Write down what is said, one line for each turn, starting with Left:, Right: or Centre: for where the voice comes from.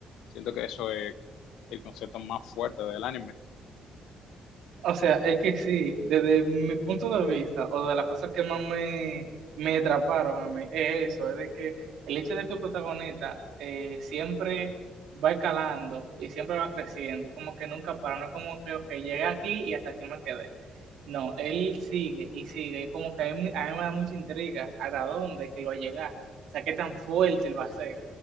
Left: Siento que eso es el concepto más fuerte del anime.
Right: O sea, es que sí, desde mi punto de vista, o de las cosas que más me, me atraparon a mí, es eso, es de que el hecho de que el protagonista eh, siempre va escalando y siempre va creciendo, y como que nunca para, no es como que okay, llegué aquí y hasta aquí me quedé. No, él sigue y sigue, y como que a mí, a mí me da mucha intriga hasta dónde es que él va a llegar, o sea, qué tan fuerte él va a ser.